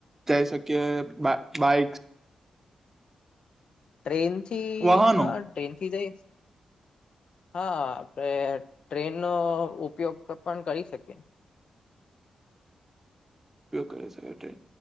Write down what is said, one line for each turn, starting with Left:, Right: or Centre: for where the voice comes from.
Right: જઈ શકીએ બાઈક
Left: ટ્રેનથી
Right: વાહનો
Left: હા ટ્રેનથી જઈશ હા આપડે ટ્રેનનો ઉપયોગ તો પણ કરી શકીએ.
Right: ઉપયોગ કરી શ ટ્રે